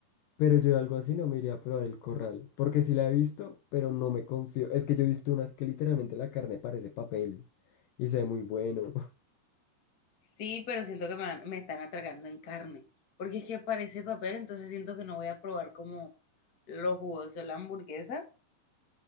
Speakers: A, on the left (about 80°); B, on the left (about 55°).
A: Pero yo algo así no me iría a probar el corral, porque sí la he visto, pero no me confío. Es que yo he visto unas que literalmente la carne parece papel y se ve muy bueno.
B: Sí, pero siento que me, van- me están atragando en carne, porque es que parece papel, entonces siento que no voy a probar como lo jugoso de la hamburguesa,